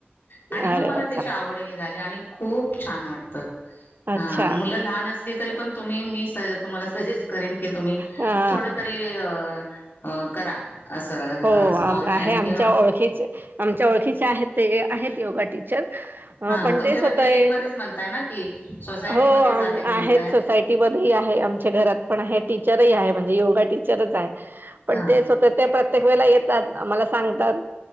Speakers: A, on the left; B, on the right.
A: आणि मग
B: अरे
A: मला
B: वा
A: त्याची
B: चांगल
A: आवडही झाली आणि खूप छान वाटत हा
B: अच्छा
A: मुलं लहान असली तरी पण तुम्ही मी स तुम्हाला सजेस्ट करेन की तुम्ही
B: अ
A: थोडं तरी अ अ करा असं
B: हो
A: असं
B: आ
A: ऑनलाईन
B: आहे आमच्या
A: किंवा
B: ओळखीच आमच्या ओळखीच आहेत ते आहेत योगा टीचर
A: हा
B: पण
A: तुमच्या
B: तेच
A: तर
B: होतय
A: बिल्डिंगमध्येच म्हणताय ना की सोसायटीमध्येच
B: हो
A: म्हणताय
B: आहेत सोसायटीमध्ये आहे आमच्या घरात पण आहे टीचरही आहे म्हणजे योगा टीचरच आहे
A: हा
B: ते हो ते प्रत्येक वळेला आम्हाला सांगतात